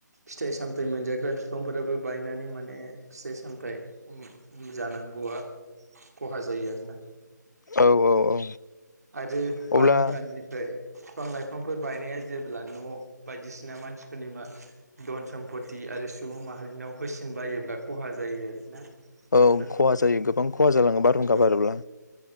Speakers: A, on the right; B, on the left.
A: फिथाइ सामथ मोनजाग्रा बिफांफोराबो बायनानै माने फिथाइ सामथाइ ओ ओम जानांगौआ खहा जायो आरोना।
B: औ औ औ।
A: आरो
B: अब्ला
A: बारहुंखानिफ्राय बिफां लाइफांफोर बायनाया जेब्ला न' बायदिसिना मानसिफोरनि मा धन सम्पति आरो सुबुं माहारिनाव होसिन बायोब्ला खहा जायो आरोना।
B: औ
A: बेफोर
B: खहा जायो गोबां खहा जालाङो बारहुंखा
A: औ
B: बारोब्ला